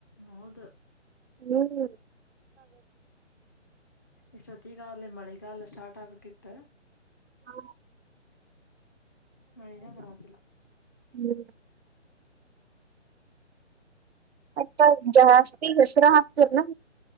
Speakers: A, on the left; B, on the right.
A: ಹೌದು
B: ಹ್ಮ್
A: ಇಷ್ಟೊತ್ ಈಗ ಅಲ್ಲೇ ಮಳೆಗ ಎಲ್ಲ ಸ್ಟಾರ್ಟ್ ಆಗ್ಬೇಕಕ್ಿತ್ತ
B: ಹಾ
A: ಮಳೆಿನ ಬರತಿಲ್ಲ
B: ಹ್ಮ್ ಆಯ್ತಾ ಜಾಸ್ತಿ ಹೆಸರಾ ಹಾಕ್ತರ